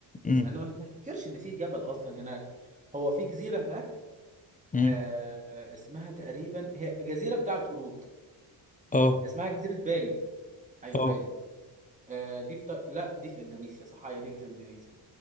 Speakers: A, on the left; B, on the right.
A: امم
B: يعني ما ما افتكرش ان في جبل اصلا هناك هو في جزيره هناك
A: امم
B: آه آه، اسمها تقريبا هي جزيره بتاعت قرود
A: اه
B: اسمها جزيره بالي ايوه
A: اه
B: بالي آه دي في تا... لا دي في اندونيسيا صح ايوه دي في اندونيسيا